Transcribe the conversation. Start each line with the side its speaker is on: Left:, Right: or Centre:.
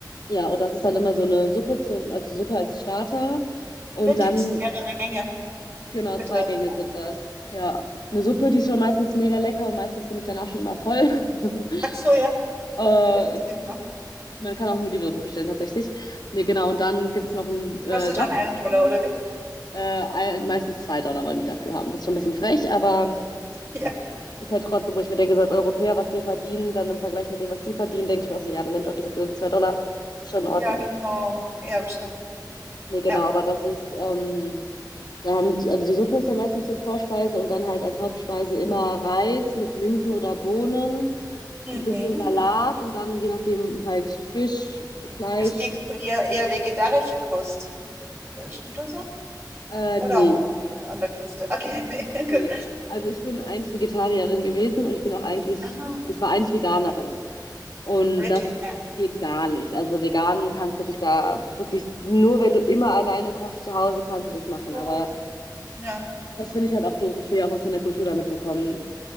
Left: Ja, und das ist dann immer so eine Suppe zum, also Suppe als Starter. Und
Right: Wirklich
Left: dann,
Right: mehrere Gänge
Left: genau,
Right: für
Left: zwei
Right: drei
Left: Gänge
Right: Dollar.
Left: sind das. Ja, eine Suppe, die ist schon meistens mega lecker und meistens bin ich danach schon immer voll. <laughs>
Right: Ach so, ja.
Left: Äh,
Right: Ja, Das geht auch.
Left: Man kann auch nur die Suppe bestellen, tatsächlich. Nee, genau. Und dann gibt es noch einen äh,
Right: Kostet
Left: Saft
Right: dann einen
Left: dazu.
Right: Dollar, oder wie?
Left: Äh, ein- meistens zwei Dollar wollen die dafür haben. Das ist schon ein bisschen frech, aber
Right: Ja.
Left: ist halt trotzdem, wo ich mir denke, so als Europäer, was wir verdienen, dann im Vergleich mit dem, was die verdienen, denke ich mir auch so, ja, dann nehmt doch diese blöden zwei Dollar. Ist schon in Ordnung.
Right: Ja, genau. Ja, bestimmt.
Left: Nee, genau.
Right: Ja.
Left: Aber das ist, ähm, da haben die, also die Suppe ist dann meistens zur Vorspeise und dann halt als Hauptspeise immer Reis mit Linsen oder Bohnen,
Right: Mhm.
Left: ein bisschen Salat und dann je nachdem halt Fisch, Fleisch.
Right: Es ging zu eher, eher vegetarische Kost. Ja, stimmt das so?
Left: Äh,
Right: Oder
Left: nee.
Right: an der Küste? Okay, <laughs> nee, gut.
Left: Nee, also ich bin eigentlich Vegetarierin gewesen und ich bin auch eigentlich,
Right: Aha,
Left: ich war eigentlich Veganerin. Und
Right: wirklich.
Left: das
Right: Ja.
Left: geht gar nicht. Also vegan kannst du dich da wirklich, nur wenn du immer alleine kochst zu Hause, kannst du das machen.
Right: So,
Left: Aber
Right: ja.
Left: das finde ich halt auch doof. Ich will ja auch was von der Kultur da mitbekommen.